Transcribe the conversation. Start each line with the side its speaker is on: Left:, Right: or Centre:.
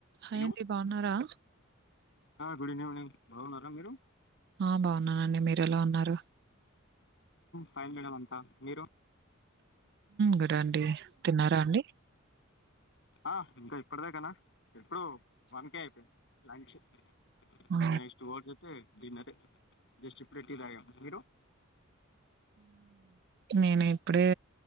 Right: Hi
Left: hello
Right: అండి బాగున్నారా?
Left: Good evening బాగున్నార మీరు
Right: ఆ బాగున్నానండి మీరు ఎలా ఉన్నారు
Left: ఫైన్ మేడం అంత మీరు
Right: గూడ అండి తిన్నారా అండి
Left: ఆ ఇంక <unintelligible> ఇప్పుడు వన్కే అయిపోయింది లంచ్
Right: ఆ!
Left: ఇంక నెక్స్ట్ టూ అవర్స్ అయితే డిన్నరే <unintelligible> మీరు
Right: నేను ఇప్పుడే